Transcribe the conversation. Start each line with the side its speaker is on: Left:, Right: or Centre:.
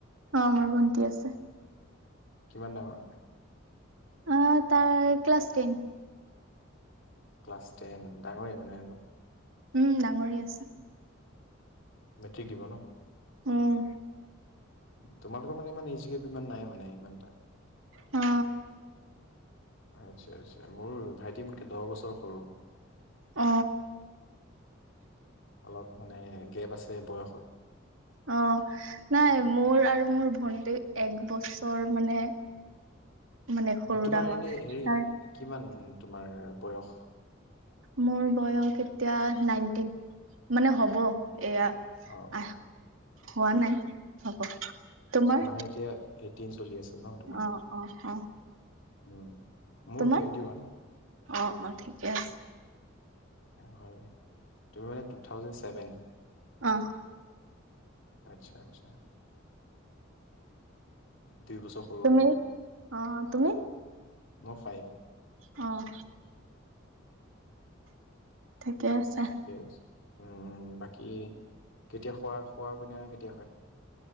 Right: অ মোৰ ভন্তি আছে
Left: কিমান ডাঙৰ
Right: অ তাই ক্লাছ টেন
Left: ক্লাছ টেন ডাঙৰে মানে অলপ
Right: উম ডাঙৰে আছে
Left: মেট্ৰিক দিব ন
Right: উম
Left: তোমালোকৰ মানে ইমান ইজিকে <unintelligible> বিমান নাই মানে ইমান এটা
Right: অ
Left: আচ্ছা আচ্ছা মোৰ ভাইটি মোতকে দহ বছৰ সৰু
Right: অ
Left: অলপ মানে গেপ আছে বয়সত
Right: অ নাই মোৰ আৰু মোৰ ভন্টি এক বছৰ মানে <inaudible> সৰু
Left: তোমাৰ
Right: ডাঙৰ
Left: এনে হেৰি
Right: তাৰ
Left: কিমান তোমাৰ বয়স
Right: মোৰ বয়স এতিয়া নাইনটিন মানে হ'ব এয়া
Left: অ
Right: আহ হোৱা নাই হ'ব তোমাৰ
Left: মানে এতিয়া এইটটিন চলি আছে ন তোমাৰ
Right: অ অ অ
Left: উম মোৰ
Right: তোমাৰ
Left: টুৱেণ্টি ওৱান
Right: অ অ ঠিকে আছে
Left: হয় তুমি মানে টু থাউজেন ছেভেন
Right: অ
Left: আচ্ছা আচ্ছা দুই বছৰ সৰু
Right: তুমি
Left: আৰু
Right: অ তুমি
Left: মই ফাইভ।
Right: অ'। ঠিকে আছে
Left: ঠিকে আছে। উম উম, বাকী কেতিয়া খোৱা খোৱা পিনা কেতিয়া হয়?